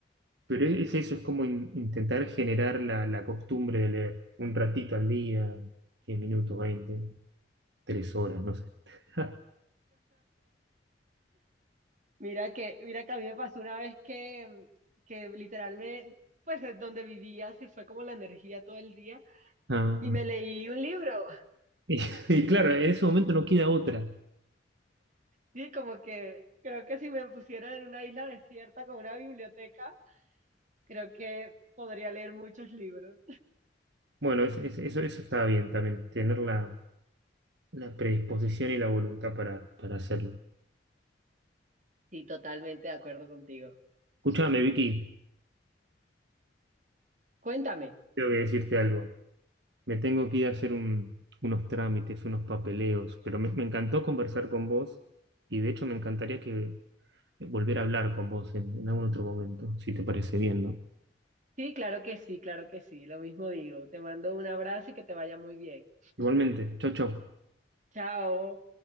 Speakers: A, on the right; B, on the right.
A: Pero es eso, es como in- intentar generar la, la costumbre de leer un ratito al día, 10 minutos, 20 3 horas, no sé. <laughs>
B: Mira que, mira que a mí me pasó una vez que, que literal me, pues es donde vivía se fue como la energía todo el día
A: Ah,
B: y me leí un libro.
A: y, <laughs> y claro, en ese momento no queda otra.
B: Sí, como que creo que si me pusieran en una isla desierta con una biblioteca, creo que podría leer muchos libros.
A: Bueno, es- es- eso, eso está bien también, tenerla La predisposición y la voluntad para, para hacerlo.
B: Sí, totalmente de acuerdo contigo.
A: Escúchame, Vicky,
B: Cuéntame.
A: tengo que decirte algo. Me tengo que ir a hacer un- unos trámites, unos papeleos, pero me, me encantó conversar con vos y de hecho me encantaría que eh, volver a hablar con vos en, en algún otro momento, si te parece bien, ¿no?
B: Sí, claro que sí, claro que sí, lo mismo digo. Te mando un abrazo y que te vaya muy bien.
A: Igualmente, chau, chau.
B: Chao.